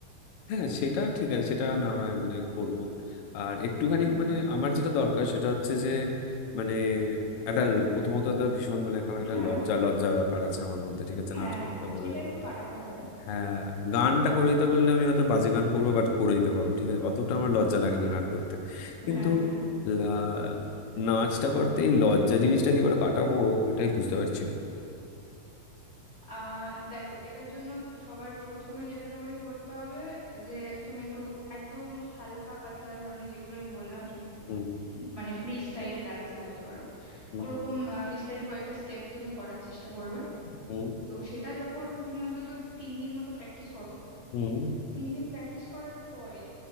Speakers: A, on the left; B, on the right.
A: হ্যাঁ সেটা ঠিক আছে সেটা না হয় মানে করব আর একটুখানি
B: হুম
A: মানে আমার যেটা দরকার সেটা হচ্ছে যে মানে একটা প্রথমত একটা ভীষণ মানে কারণ একটা
B: হ্যাঁ
A: লজ্জা লজ্জা ব্যাপার আছে আমার মধ্যে ঠিক আছে
B: হ্যাঁ
A: নাচ
B: হ্যাঁ
A: করতে
B: হ্যাঁ
A: বললে
B: সেটা একটু কাটাতে হবে
A: হ্যাঁ গানটা করে দিতে বললে আমি হয়তো বাজে গান করবো বাট করে দিতে পারবো ঠিক আছে অতটা আমার লজ্জা লাগে না গান করতে কিন্তু
B: হ্যাঁ হ্যাঁ
A: লা- নাচটা করতে এই লজ্জা জিনিসটা কি করে কাটাবো এটাই বুঝতে পারছি না
B: আহ দেখো এটার জন্য সবার প্রথমে যেটা তোমাকে করতে হবে যে তুমি একটু একদম হালকা পাতলা ধরনের যেগুলো আমি বললাম ফ্রি হ্যান্ড
A: হুম
B: মানে ফ্রি স্টাইল ডান্সই বলতে পারো
A: হুম
B: ওরকম ফ্রি স্টাইল কয়েকটা স্টেপ তুমি করার চেষ্টা করবে
A: হুম
B: তো সেটা যখন তুমি অন্তত তিন দিন মতো প্র্যাকটিস করো
A: হুম
B: তিন দিন প্র্যাকটিস করার পরে